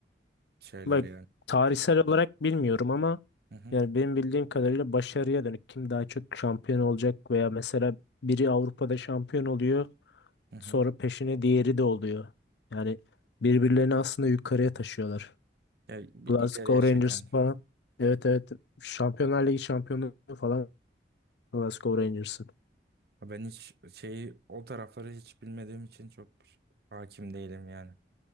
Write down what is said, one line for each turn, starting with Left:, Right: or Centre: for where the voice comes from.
Right: şeyler
Left: Bak
Right: yani?
Left: tarihsel olarak bilmiyorum ama
Right: Hı hı.
Left: yani benim bildiğim kadarıyla başarıya dönük. Kim daha çok şampiyon olacak veya mesela biri Avrupa'da şampiyon oluyor.
Right: Hı hı.
Left: Sonra peşine diğeri de oluyor. Yani birbirlerini aslında yukarıya taşıyorlar.
Right: Yani bir
Left: Glasgow
Right: ileriye çeken.
Left: Rangers falan. Evet evet. Şampiyonlar Ligi şampiyonu falan Glasgow Rangers'ın.
Right: Ben hiç şeyi o tarafları hiç bilmediğim için çok hakim değilim yani.